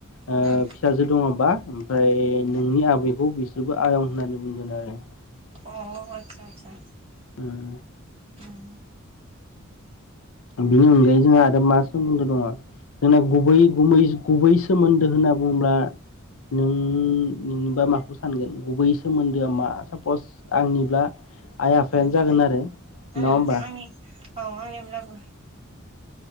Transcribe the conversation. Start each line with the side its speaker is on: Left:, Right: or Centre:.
Left: फिसाजो
Right: उम
Left: दङबा ओमफ्राय नोंनि आबै बेखौ बिसोरबो आयं होननानै बुंगोन आरो।
Right: अ आतसा आतसा।
Left: उम।
Right: उम
Left: बिनि अनगायै जोंहा आरो मा सोमोन्दो दङ। जोंना गुबै गुबै सोमोन्दो होनना बुङोब्ला । नों नोंनोबा माखौ सानगोन गुबै सोमोन्दोआ मा सापस आंनिब्ला आइ आफायानो
Right: उम
Left: जागोन आरो
Right: उम
Left: नङा होमबा?
Right: आंनि औ आंनिब्लाबो